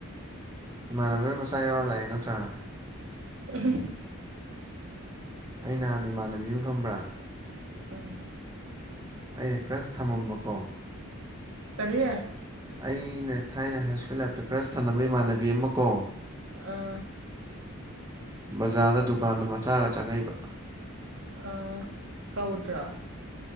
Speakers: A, on the right; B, on the right.
A: ꯏꯃꯥꯟꯅꯕ ꯂ ꯃꯆꯥ ꯌꯥꯎꯔ ꯂꯥꯛꯑꯦ ꯅꯠꯇ꯭ꯔꯥ
B: <unintelligible>
A: ꯑꯩ ꯅꯍꯥꯟ ꯏꯃꯥꯟꯅꯕꯤ ꯑꯃ ꯈꯪꯕ꯭ꯔꯥ
B: ꯎꯝ
A: ꯑꯩꯅ ꯀ꯭ꯔꯁ ꯊꯝꯃꯝꯕꯀꯣ
B: ꯀꯔꯤ
A: ꯑꯩꯅ ꯊꯥꯏꯅ ꯍꯥꯏ ꯁ꯭ꯀꯨꯜ ꯂꯥꯏꯞꯇ ꯀ꯭ꯔꯁ ꯊꯅꯝꯕ ꯏꯃꯥꯟꯅꯕꯤ ꯑꯃ ꯀꯣ
B: ꯑꯥ
A: ꯕꯖꯥꯔꯗ ꯗꯨꯀꯥꯟꯗ ꯃꯆꯥꯒ ꯆꯪꯉꯛꯏꯕ
B: ꯑ ꯀꯧꯗ꯭ꯔꯣ